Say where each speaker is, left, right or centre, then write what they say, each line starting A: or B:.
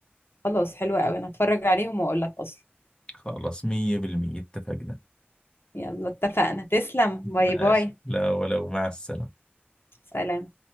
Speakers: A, on the left; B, on the left.
A: خلاص حلوة قوي انا هتفرج عليهم واقول لك اصلا
B: خلاص مية بالمية اتفقنا
A: يلا اتفقنا تسلم
B: ماشي
A: باي باي
B: لا ولو مع السلامة
A: سلام